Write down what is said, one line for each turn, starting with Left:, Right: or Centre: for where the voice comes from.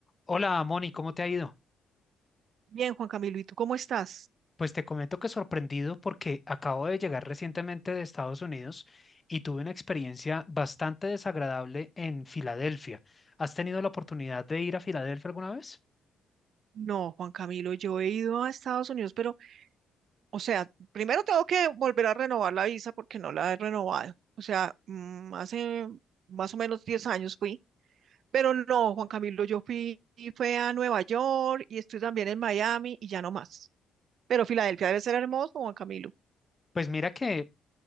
Left: Hola, Moni, ¿cómo te ha ido?
Right: Bien, Juan Camilo, ¿y tú cómo estás?
Left: Pues te comento que sorprendido porque acabo de llegar recientemente de Estados Unidos y tuve una experiencia bastante desagradable en Filadelfia. ¿Has tenido la oportunidad de ir a Filadelfia alguna vez?
Right: No, Juan Camilo, yo he ido a Estados Unidos, pero, o sea, primero tengo que volver a renovar la visa porque no la he renovado. O sea, mm, hace más o menos 10 años fui, pero no, Juan Camilo, yo fui, y fue a Nueva York y estoy también en Miami y ya no más. Pero Filadelfia debe ser hermoso, Juan Camilo.
Left: Pues mira que,